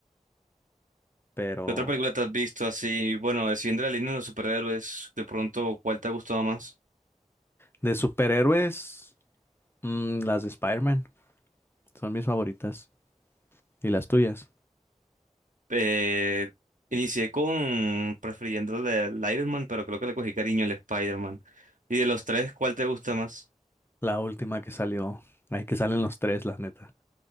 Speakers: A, on the left; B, on the right.
A: Pero
B: ¿Qué otra película te has visto así? Bueno, eh, siguiendo la línea de los superhéroes, de pronto, ¿cuál te ha gustado más?
A: de superhéroes, mm, las de Spider-Man son mis favoritas. ¿Y las tuyas?
B: Eh, inicié con prefiriendo el de el Iron Man, pero creo que le cogí cariño al Spider-Man. Y de los tres, ¿cuál te gusta más?
A: La última que salió. Ay, que salen los tres, la neta.